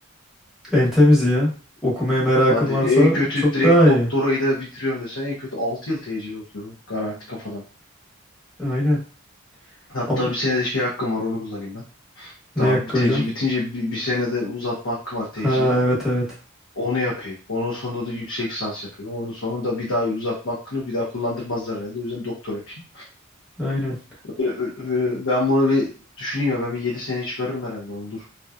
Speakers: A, in the centre; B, on the left.
A: En temizi ya. Okumaya merakın
B: Hadi
A: varsa
B: en kötü
A: çok
B: direkt
A: daha iyi.
B: doktorayı da bitiriyorum desen en kötü 6 yıl tecil alıyorum garanti kafadan.
A: Aynen.
B: Hatta
A: Am
B: bir senede şey hakkım var onu kullanayım ben.
A: ne
B: Daha
A: yakka
B: bir tecil
A: hocam?
B: bitince bir, bir senede uzatma hakkım var tecili.
A: Ha evet evet.
B: Onu yapayım. Onun sonunda da yüksek lisans yapayım. Onun sonunda bir daha uzatma hakkını bir daha kullandırmazlar herhalde. O yüzden doktora yapayım.
A: Aynen.
B: Böyle, böyle- ben bunu bir düşüneyim ya ben bir 7 seneye çıkarırım herhalde onu dur.